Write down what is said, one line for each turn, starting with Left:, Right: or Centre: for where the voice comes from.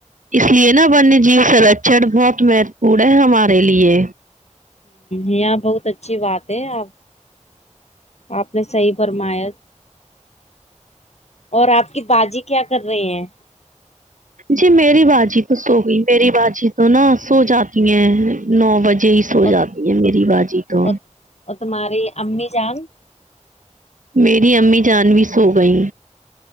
Right: اس لیے نا ونیہ جیو سرچن بہت مہتوپورن ہے ہمارے لیے
Left: یہ بہت اچھی بات ہے آپ آپ نے صحیح فرمایا اور آپ کی باجی کیا کر رہی ہیں
Right: جی میری باجی تو سو گئی میری باجی تو نا سو جاتی ہیں نو بجے سو
Left: اور
Right: جاتی ہے میری باجی تو
Left: اور اور تمہاری امی جان
Right: میری امی جان بھی سو گئی